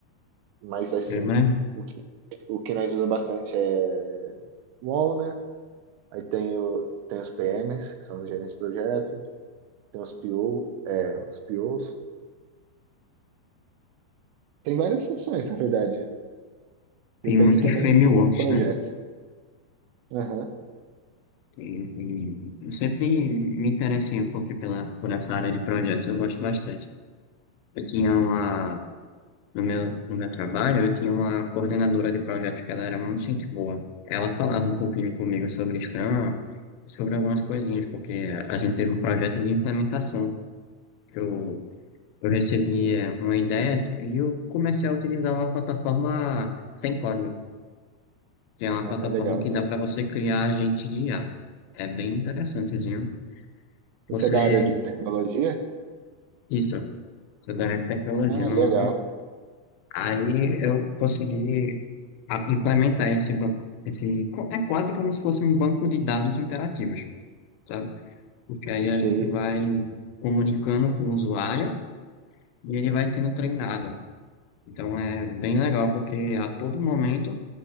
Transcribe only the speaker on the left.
é, mas
tem
muitos
frameworks,
né?
E, e eu sempre me interessei um pouco pela, por essa área de projetos, eu gosto bastante. Eu tinha uma. No meu, no meu trabalho, eu tinha uma coordenadora de projetos que ela era muito gente boa. Ela falava um pouquinho comigo sobre Scrum, sobre algumas coisinhas, porque a gente teve um projeto de implementação que eu Eu recebi é, uma ideia de- e eu comecei a utilizar uma plataforma sem código, que é uma
plataforma
que dá para você criar agente de IA. É bem interessantezinho.
Você,
isso, sobre tecnologia.
Não,
não- Aí eu consegui a- implementar esse banco, esse, co- é quase como se fosse um banco de dados interativos, sabe? Porque aí a
gente vai comunicando com o usuário e ele vai sendo treinado. Então é bem legal, porque a todo momento